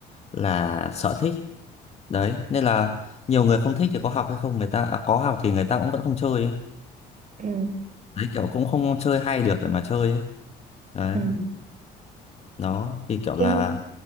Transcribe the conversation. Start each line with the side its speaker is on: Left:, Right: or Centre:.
Left: là sở thích đấy nên là nhiều người không thích thì có học hay không người ta à, có học thì người ta cũng vẫn không chơi ấy.
Right: Ừ.
Left: đấy kiểu cũng không chơi hay được để mà chơi ấy đấy
Right: ừ.
Left: nó thì kiểu
Right: Thế,
Left: là